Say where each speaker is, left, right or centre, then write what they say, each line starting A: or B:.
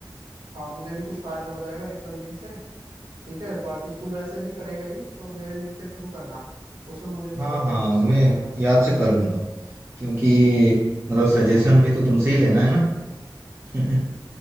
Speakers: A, on the right (about 80°); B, on the right (about 30°).
A: हाँ मुझे भी कुछ फायदा हो जाएगा रेफरल लिंक से ठीक है बाकी तू वैसे भी करेगा ही तो मेरे लिंक के थ्रू करना उसमें मुझे भी
B: हाँ
A: थोड़ा
B: हाँ
A: प्रॉफिट सा
B: मैं
A: हो जाएगा
B: याद से कर लूंगा क्योंकि मतलब सजेशन भी तो तुमसे ही लेना है ना <laughs>